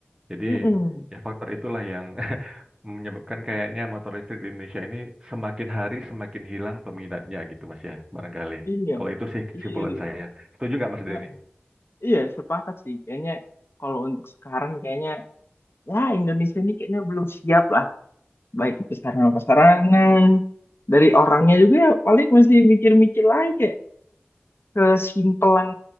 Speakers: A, on the right; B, on the left.
A: Jadi
B: Mm-mm.
A: ya faktor itulah yang <laughs> menyebabkan kayaknya motor listrik di Indonesia ini semakin hari semakin hilang peminatnya gitu Mas ya, barangkali.
B: iya
A: Kalau itu sih kesimpulan
B: iya
A: saya. Setuju nggak Mas Denny?
B: Ah, iya sepakat sih kayaknya kalau untuk sekarang kayaknya ya Indonesia ini kayaknya belum siap lah baik itu sarana prasarana dari orangnya juga ya paling masih mikir-mikir lagi kayak kesimpelan